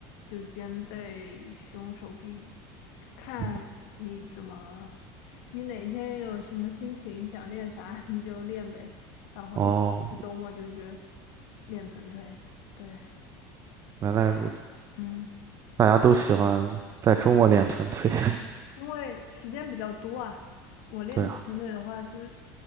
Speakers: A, on the left; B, on the right.
A: 就肩背、胸、手臂，看你怎么，
B: 嗯，
A: 你哪天有什么心情想练啥 <laughs> 你就练呗。然后一般是周末就是
B: 哦，
A: 练臀腿，对，
B: 原来如此。
A: 嗯。
B: 大家都喜欢在周末练臀腿。<laughs>
A: 因为时间比较多啊，我练臀腿的话，
B: 对啊，
A: 就是，